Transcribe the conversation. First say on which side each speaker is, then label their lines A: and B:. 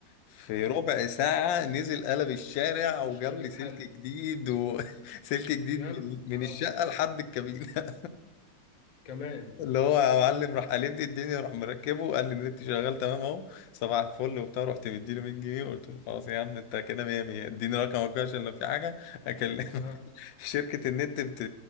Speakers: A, on the left (about 85°); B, on the left (about 40°).
A: في
B: اه
A: ربع ساعه نزل قلب الشارع
B: المشكله
A: وجاب لي
B: اتحل
A: سلك جديد وسلك <laughs> جديد
B: يا
A: من
B: نهار
A: من الشقه
B: ابيض
A: لحد الكابينه
B: كمان
A: اللي هو يا معلم راح قالب لي الدنيا راح مركبه قال لي النت شغال تمام اهو صباح الفل وبتاع رحت مديله 100 جنيه قلت له خلاص يا عم انت كده 100 100 اديني رقمك بقى عشان لو في حاجه اكلمك
B: اه
A: <laughs> شركه النت بت...